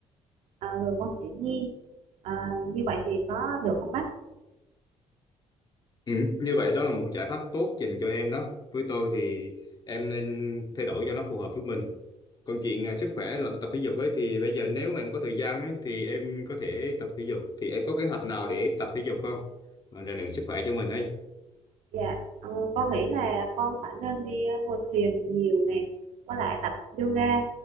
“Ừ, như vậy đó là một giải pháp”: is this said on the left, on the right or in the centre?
Left